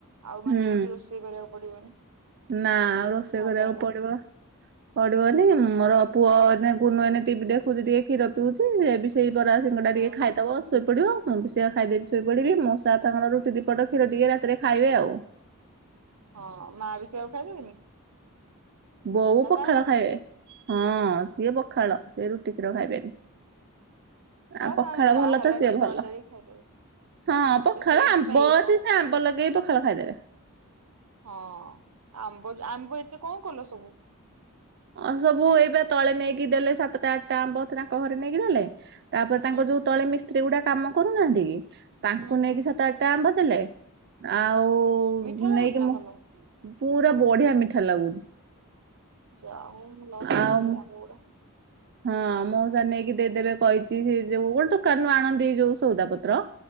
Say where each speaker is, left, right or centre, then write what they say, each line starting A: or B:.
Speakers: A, on the right; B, on the right.
A: ଆଉ ମାନେ
B: ହୁଁ
A: ଯେମ୍ତି ରୋଷେଇ କରିଆକୁ ପଡିବନି।
B: ନା ଆଉ ରୋଷେଇ
A: ଭଲ
B: କରିଆକୁ
A: ହେଲା।
B: ପଡିବ। ପଡିବନି ମୋର ପୁଅ ଏଇନେ ଗୁନୁ ଏଇନେ ଟିଭି ଦେଖୁଚି ଟିକେ କ୍ଷୀର ପିଉଚି ସେ ବିସ୍ ସେଇ ବରା ସିଙ୍ଗଡ଼ା
A: ହୁଁ
B: ଟିକେ ଖାଇଦବସ୍
A: ହୁଁ।
B: ଶୋଇପଡିବ ମୁଁ ବି ସେଆ ଖାଇଦେବି ଶୋଇ ପଡିବି ମଉସା ତାଙ୍କର ରୁଟି ଦିପଟ କ୍ଷୀର ଟିକେ ରାତିରେ ଖାଇବେ ଆଉ।
A: ହଁ ମା ବି ସେଇଆକୁ ଖାଇଦେବେନି?
B: ବୋଉ
A: ନା
B: ପଖାଳ
A: ତାର
B: ଖାଇବେ ହଁ ସିଏ ପଖାଳ ସିଏ ରୁଟି କ୍ଷୀର ଖାଇବେନି। ଆ ପଖାଳ
A: ତା ଯାହା
B: ଭଲ
A: ହେଲା
B: ତ ସିଏ
A: ଟିକେ
B: ଭଲ।
A: ଦଳି ଦଳିକି ଖାଇଦେବେ
B: ହଁ ପଖାଳ
A: ସେ ସେଇଥିପାଇଁ
B: ଆମ୍ବ ଅଛି
A: ପ
B: ସେ ଆମ୍ବ ଲଗେଇକି ପଖାଳ ଖାଇଦେବେ।
A: ହଁ ଆମ୍ବ <unintelligible> ଆମ୍ବ ଏତେ କଁ କଲ ସବୁ?
B: ଅଁ ସବୁ ଏଇ ବା ତଳେ ନେଇକି ଦେଲେ ସାତଟା ଆଠଟା ଆମ୍ବ ତାଙ୍କ ଘରେ ନେଇକି ଦେଲେ। ତାପରେ ତାଙ୍କ
A: ହୁଁ
B: ଯୋଉ ତଳେ ମିସ୍ତ୍ରୀ ଗୁଡା କାମ କରୁନାହାନ୍ତି କି ତାଙ୍କୁ
A: ହୁଁ
B: ନେଇକି
A: ହୁଁ।
B: ସାତ ଆ ଟା ଆମ୍ବ ଦେଲେ ଆଉ
A: ହୁଁ। ମିଠା ଲାଗୁଛି
B: ନେଇକି
A: ନା
B: ମୁଁ
A: ଭଲ
B: ପୁରା ବଢିଆ ମିଠା ଲାଗୁଛି।
A: ଯା ହଉ ମୁଁ ଲସ୍
B: ଆଉ
A: କର୍ ଦେଲି ଆମ୍ବ ଗୁଡା।
B: ହଁ ମଉସା ନେଇକି ଦେଇଦେବେ କହିଚି ସେ ଯୋ ଗୋଟେ ଦୋକାନରୁୁ ଆଣନ୍ତି ଯୋଉ ସଉଦା ପତ୍ର